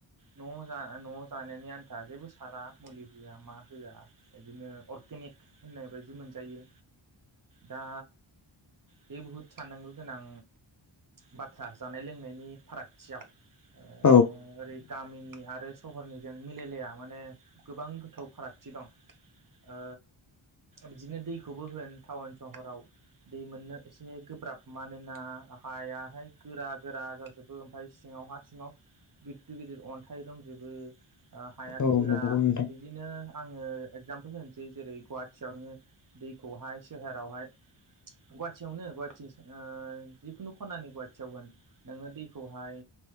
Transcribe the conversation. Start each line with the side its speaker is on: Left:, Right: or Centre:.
Right: न' जा न' जानायनि आन्था जेबो सारा मुलि होआ मा होआ बिदिनो अरगेनिक होननाय बायदि मोनजायो दा बे बहुद साननांगौ गोनां बाथ्रा जानाय लोंनायनि फारागथियाव ओ
Left: औ
Right: ओरै टामिनि आरो सहरनिजों मिेलेलाया माने गोबां गोथौ फारागथि दं ओ बिदिनो दैखौबो होन टाउन सहराव दै मोननो एसे गोब्राब मानोना हायाहाया गोरा गोरा जाजोबो ओमफ्राय सिङाव हा सिङाव गिदिर गिदिर अन्थाइ दंजोबो। ओ हाया
Left: औ
Right: गोरा
Left: नंगौ नोंथां
Right: बिदिनो आङो एक्जाम होनोसै जेरै गुवाहाटिीयावनो दैखौहाय सोहोरावहाय गुवाहाटियावनो गुवाहटि ओ जिखुनु खनानि गुवाहाटियाव होन नोङो दैखौहाय